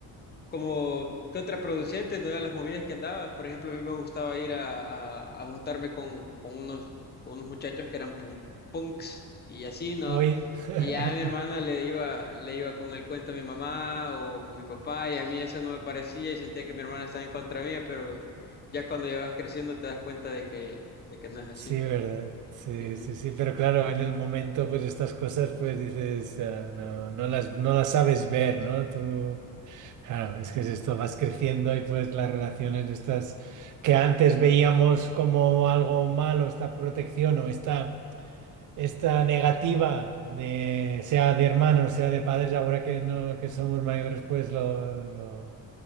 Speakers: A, on the left; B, on the right.
A: como contraproducentes de las movidas que andabas. Por ejemplo, a mí me gustaba ir a, a- a juntarme con, con unos, con unos muchachos que eran punk- punks y así, ¿no?
B: Hoy, <laughs>
A: Y ya a mi hermana le iba, le iba con el cuento a mi mamá o con mi papá y a mí eso no me parecía y sentía que mi hermana estaba en contra mía, pero ya cuando ya vas creciendo te das cuenta de que, de que no es así.
B: sí, ¿verdad? Sí,
A: Ujú.
B: sí, sí, pero claro, en el momento, pues estas cosas, pues dices, eh, no, no las, no las sabes ver, ¿no? Tú, claro, es que es esto, vas creciendo y pues las relaciones estas que antes veíamos como algo malo, esta protección o esta, esta negativa de, sea de hermanos, sea de padres, ahora que no, que somos mayores, pues lo, lo-